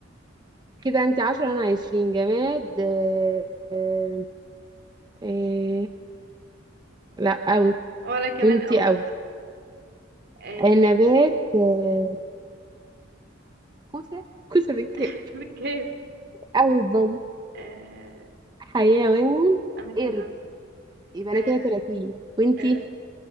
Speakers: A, on the right (about 20°); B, on the right (about 55°).
A: كده انتي عشرة انا عشرين جماد آه، آه، آه، لا قوي
B: ولا كمان
A: وانتي
B: اوت
A: قوي
B: آه
A: آه، نبات آه، كوسة كوسة بالكاف
B: <laughs> بالكيف
A: قوي برضه
B: آه
A: حيوان
B: انا كان
A: قرد
B: اوت
A: يبقى انا
B: آه
A: كده تلاتين وانتي
B: ر-